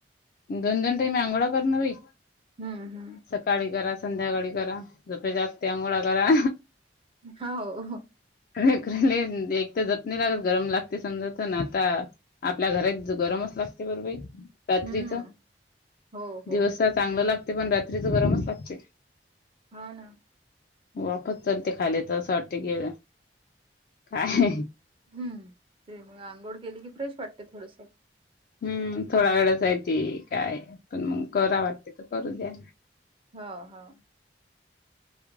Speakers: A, on the left; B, on the right.
A: दोन दोन टाईम अंघोळ्या करणारी
B: हम्म हम्म
A: सकाळी करा संध्याकाळी करा झोपते जागते आंघोळ्या करा
B: हा हो हो
A: एक तर झोप नाही लागत गरम लागते समजा तर ना आता आपल्या घरी गरमच लागते बरं बाई रात्रीच
B: हम्म हो हो
A: दिवसाच चांगलं लागतं पण रात्रीचं गरमच लागते
B: हा ना
A: वापस चालते खाली तर असं वाटते की काय
B: हम्म ते मग आंघोळ केली की फ्रेश वाटते थोडंसं
A: हम्म थोडा वेळाचय ते काय पण मग करा वाटते तर करू द्या
B: हा हा